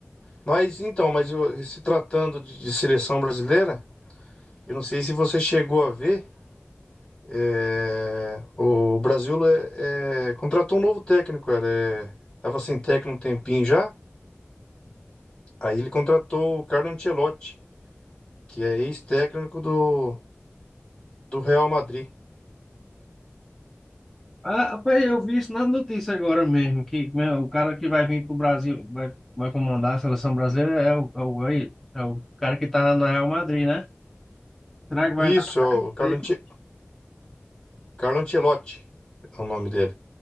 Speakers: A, on the left; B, in the centre.
A: Mas então, mas eu- se tratando de de seleção brasileira, eu não sei se você chegou a ver. É, o Brasil é, é, contratou um novo técnico, cara. É, tava sem técnico um tempinho já. Aí ele contratou o Carlo Ancelotti, que é ex-técnico do, do Real Madrid.
B: Ah, rapaz, eu vi isso na notícia agora mesmo, que né, o cara que vai vir para o Brasil, vai, vai comandar a seleção brasileira é o, é o, é o cara que está na Real Madrid, né? Será que vai
A: Isso,
B: dar
A: é o
B: isso
A: Carlo,
B: aí?
A: Ance- Carlo Ancelotti é o nome dele.